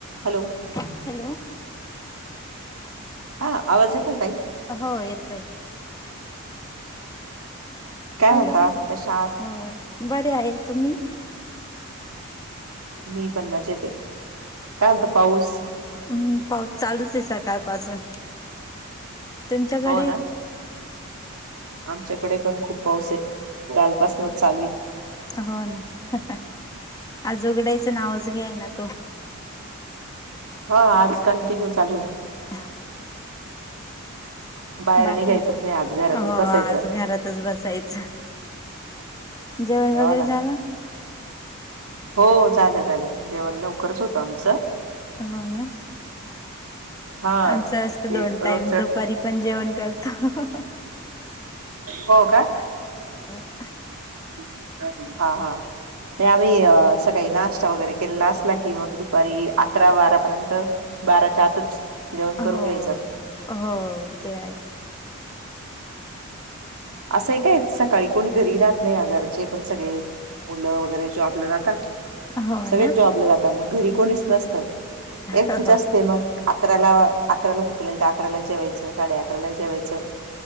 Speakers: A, on the right (about 90°); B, on the left (about 15°).
A: Hello.
B: Hello.
A: हा आवाज येतो ताई?
B: हो येतोय.
A: काय
B: हॅलो,
A: म्हणता कशा आहात?
B: अ बरे आहेत तुम्ही?
A: मी पण मजेत ए, काय म्हणतो पाऊस?
B: हम्म, पाऊस चालूच ए सकाळ पासून. तुमच्याकडे?
A: हो ना, आमच्याकडे पण खूप पाऊस ए काल पसनच चालू ए.
B: हो ना आज उघगडाचं नावच घ्यायेना तो
A: हा आज कंटिन्यू चालू आहे.
B: <inaudible>
A: बाहेर
B: बाकी,
A: निघायचंच नाही आज घरातच
B: हो
A: बसायचं.
B: आज घरातच बसायचं. जेवण
A: हो
B: वगैरे
A: ना.
B: झालं?
A: हो झालं, झालं जेवण लवकरच होतं आमचं.
B: हो ना
A: हा
B: आमचं असतं
A: ते
B: दोन टाईम
A: रोजच
B: दुपारी पण जेवण करतो
A: हो का
B: ह
A: <inaudible> हा हा नाही <unintelligible> अं सकाळी नाश्ता वगैरे केलेला असला की मग दुपारी अकरा बारापर्यंत बाराच्या आतच जेवण
B: हो
A: करून घ्यायचं.
B: हो ते आहे.
A: असंय काय सकाळी कोणी घरी राहत नाही, घरचे पण सगळे मुलं वगैरे जॉब ला जातात.
B: हो
A: सगळेच
B: ना
A: जॉबला जातात मग घरी कोणीच नसतं एकटीच
B: हो
A: असते मग. अकराला, अकराला भुक लागली तर अकराला जेवायचं साडे अकराला ही जेवायचं.